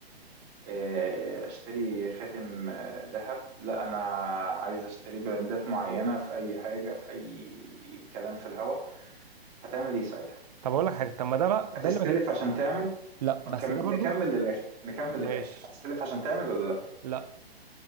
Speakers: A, on the right (about 20°); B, on the right (about 40°).
A: آه، اشتري خاتم آه، ذهب لا انا عايز اشتري براندات معينة في اي حاجة في اي كلام في الهوا هتعمل ايه ساعتها
B: طب اقول لك حاجه طب ما ده بقى
A: هتستلف
B: ده اللي بكلم
A: عشان تعمل
B: لا
A: ما
B: بس
A: نكم-
B: ده برضو
A: نكمل للاخر نكمل
B: ماشي
A: للاخر هتستلف عشان تعمل ولا لا
B: لا